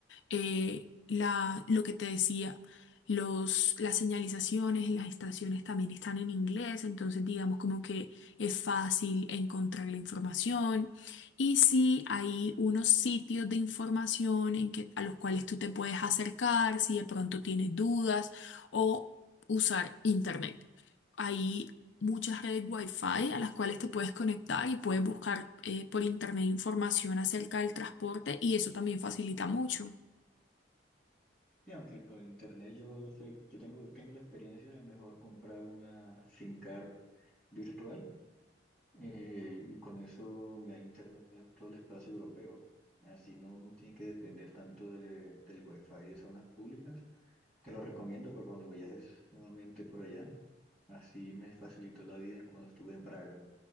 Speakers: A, on the left; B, in the centre.
A: Eh, la, lo que te decía, los, las señalizaciones, las estaciones también están en inglés, entonces digamos como que es fácil encontrar la información. Y sí, hay unos sitios de información en que, a los cuales tú te puedes acercar si de pronto tienes dudas o usar internet. Hay muchas redes Wi-Fi a las cuales te puedes conectar y puedes buscar eh, por internet información acerca del transporte y eso también facilita mucho.
B: Sí, aunque por internet yo sé, yo tengo, tengo la experiencia de mejor comprar una SIM card virtual Eh, y con eso me da internet a todo el espacio europeo. Así no no tiene que depender tanto de, del wifi de zonas públicas. Te lo recomiendo para cuando viajes nuevamente por allá. Así me facilitó la vida en cuando estuve en Praga.